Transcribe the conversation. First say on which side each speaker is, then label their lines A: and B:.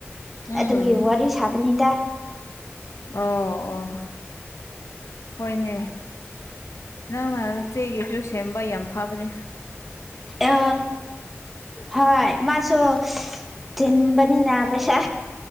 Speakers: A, on the left; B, in the centre.
A: ꯎꯝ
B: ꯑꯗꯨꯒꯤ ꯋꯥꯔꯤ ꯁꯥꯕꯅꯤꯗ
A: ꯑꯣ ꯑꯣ ꯍꯣꯏꯅꯦ ꯅꯪꯅ ꯆꯦꯒꯤꯁꯨ ꯁꯦꯝꯕ ꯌꯥꯝ ꯐꯕꯅꯦ
B: ꯑ ꯍꯣꯏ ꯃꯥꯁꯨ ꯊꯤꯟꯕꯅꯤꯅ ꯄꯩꯁꯥ